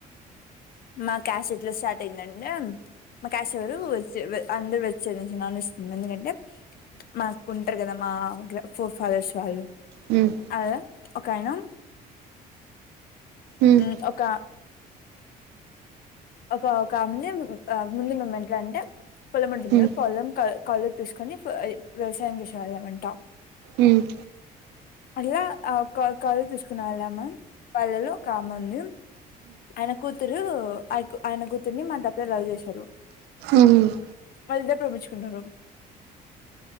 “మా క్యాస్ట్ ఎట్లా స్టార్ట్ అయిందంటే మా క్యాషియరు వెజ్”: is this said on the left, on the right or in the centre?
Left